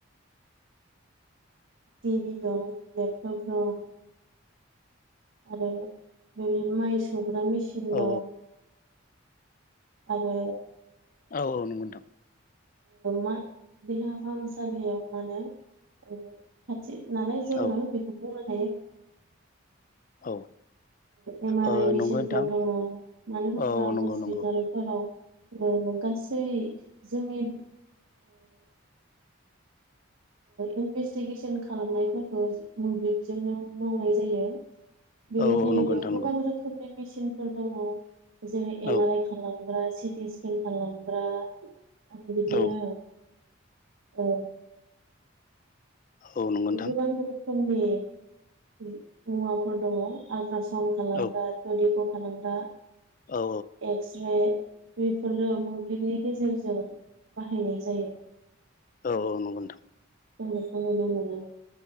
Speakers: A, on the right (about 80°); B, on the left (about 40°).
A: टिभि दं लेपटप दं आरो बेदिनो माइ सौग्रा मेचिन
B: औ
A: दं आरो
B: औ नंगौ नोंथां
A: मा देहा फाहामसालियाव माने खा नालाय जोङो
B: औ
A: बेखौ बुंनो हायो
B: औ
A: एम आर
B: ओ
A: आइ मेसिनफोर
B: नंगौ नोंथां
A: दङ मानो होनबा
B: औ औ नंगौ
A: हस्पितालफोराव
B: नंगौ
A: गासै जोंनि इनभेस्टिगेसन खालामनायफोरखौ मोब्लिबजोंनो मावनाय जायो बेनिखायनो
B: औ नंगौ
A: बेयाव
B: नोंथां नंगौ
A: गोबां रोखोमनि मेसिनफोर दङ जेरै एम
B: औ
A: आर आइ खालामो सिटि सकेन खालामग्रा आरो बिदिनो
B: औ
A: ओ
B: औ नंगौ नोंथां
A: गोबां रोखोमनि मुवाफोर दङ आलट्रा सउन्ड खालामग्रा
B: औ
A: थदिखौ खालामग्रा
B: औ
A: एक्स रे बेफोरो मोब्लिबनि गेजेरजों बाहायनाय जायो
B: औ औ नंगौ नोंथां
A: जों बेखौ नुनो मोनो